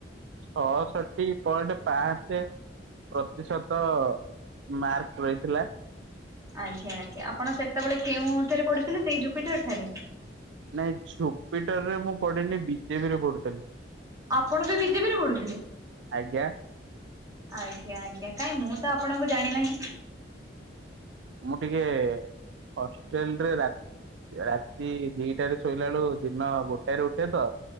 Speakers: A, on the right; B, on the right.
A: ଛଅଷଠି ପଏଣ୍ଟ ପାଞ୍ଚ ପ୍ରତିଶତ ମାର୍କ ରହିଥିଲା।
B: ଆଜ୍ଞା ଆଜ୍ଞା ଆପଣ ସେତେବେଳେ କେଉଁଠାରେ ପଢୁଥିଲେ ସେଇ ଜୁପିଟର ଠାରେ।
A: ନାଇଁ ଝୁପିଟରରେ ମୁଁ ପଢିନି ବିଜେପିରେ ପଢୁଥେଲି।
B: ଆପଣ ବି ବିଜେପିରେ ପଢୁଥିଲେ।
A: ଆଜ୍ଞା।
B: ଆଜ୍ଞା ଆଜ୍ଞା କାଇଁ ମୁଁ ତ ଆପଣଙ୍କୁ ଜାଣିନାହିଁ।
A: ମୁଁ ଟିକେ ହଷ୍ଟେଲରେ ରାତ ରାତି ଦିଟାରେ ଶୋଇଲା ବେଳୁ ଦିନ ଗୋଟାଏରେ ଉଠେ ତ।